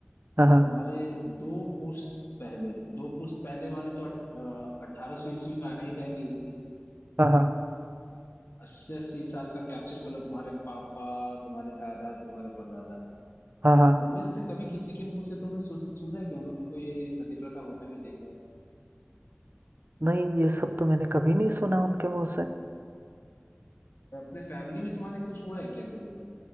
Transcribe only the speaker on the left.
तुम्हारे दो पुश्त पहले दो पुश्त पहले वाले तो अठारह सौ ईस्वी में आ ही जाएंगे इजिली
अस्सी अस्सी साल का कैप्चर कर लो तुम्हारे पापा तुम्हारे दादा तुम्हारे परदादा
उनमें से कभी किसी के मुंह से तुमने सु, सुना है कि उन्होंने कोई सती प्रथा होते हुए देखा है
अपने फैमिली में तुम्हारे कुछ हुआ है क्या कभी